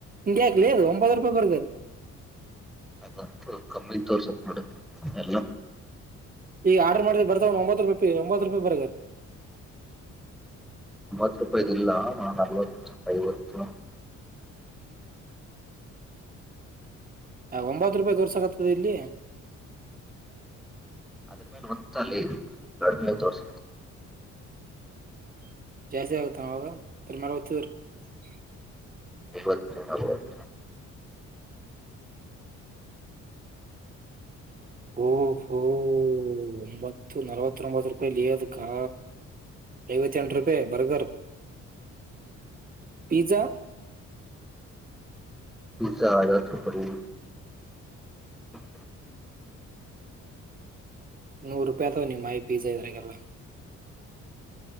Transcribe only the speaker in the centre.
<unintelligible> ಅಲ್ಲ ಕಮ್ಮಿ ತೋರ್ಸಕ್ ನಡ ಎಲ್ಲ
ಒಂಬತ್ತು ರೂಪಾಯಿದು ಇಲ್ಲ ನಲ್ವತ್ತು ಐವತ್ತು <inaudible>
ಅದ್ರ ಮೇಲೆ ಹೊತ್ತ ಲೇ ಕಡಿಮೆ ತೋರಿಸುತ್ತೆ
ಐವತ್ತು ನಲವತ್ತು
ಪೀಜಾ ಐವತ್ತು ರೂಪಾಯಿ <unintelligible>